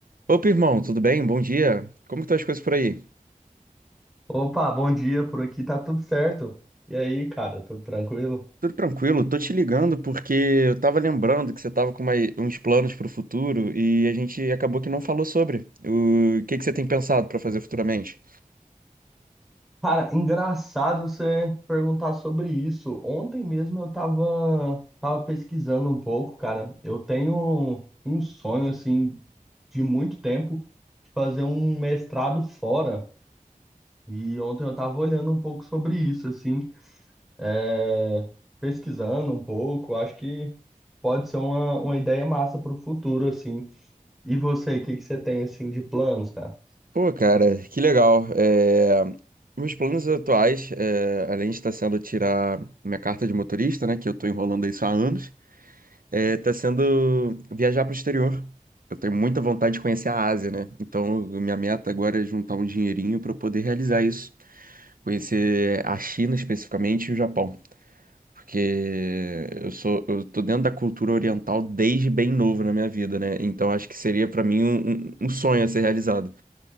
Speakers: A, on the right (about 80°); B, in the centre.
A: Opa, irmão, tudo bem? Bom dia. Como que estão as coisas por aí?
B: Opa, bom dia, por aqui tá tudo certo. E aí, cara, tudo tranquilo?
A: Tudo tranquilo, tô te ligando porque eu tava lembrando que você tava com uma- uns planos pro futuro e a gente acabou que não falou sobre. O que que você tem pensado pra fazer futuramente?
B: Cara, engraçado você perguntar sobre isso. Ontem mesmo eu tava, tava pesquisando um pouco, cara. Eu tenho um sonho, assim, de muito tempo, de fazer um mestrado fora. E ontem eu tava olhando um pouco sobre isso, assim, é, pesquisando um pouco. Acho que pode ser uma, uma ideia massa pro futuro, assim. E você, o que que você tem, assim, de planos, cara?
A: Pô, cara, que legal. É, Meus planos atuais, é, além de estar sendo tirar minha carta de motorista, né, que eu tô enrolando isso há anos, é... tá sendo viajar pro exterior. Eu tenho muita vontade de conhecer a Ásia, né? Então, minha meta agora é juntar um dinheirinho pra eu poder realizar isso. Conhecer a China especificamente e o Japão. Porque eu sou, eu tô dentro da cultura oriental desde bem novo na minha vida, né? Então acho que seria pra mim um, um um sonho a ser realizado.